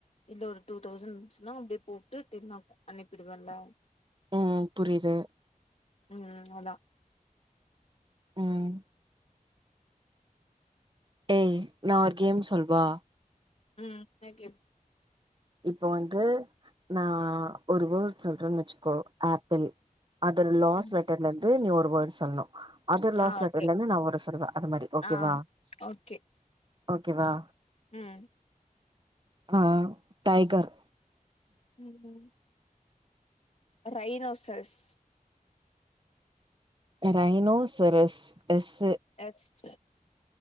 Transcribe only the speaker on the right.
ம் புரிது
ம் ஏய் நா ஒரு கேம் சொல்வா
இப்போ வந்து நா ஒரு வேர்டு சொல்றேன்னு வெச்சுக்கோ ஆப்பிள் அது லாஸ்ட்
லெட்டர்ல இருந்து நீ ஒரு வேர்டு சொல்ணு அது லாஸ்ட்
லெட்டர்ல இருந்து நா ஒரு வேர்டு சொல்லுவ அது மாரி ஓகேவா
ஓகேவா
ஆ டைகர்
ரைனோசர்ஸ் எஸ்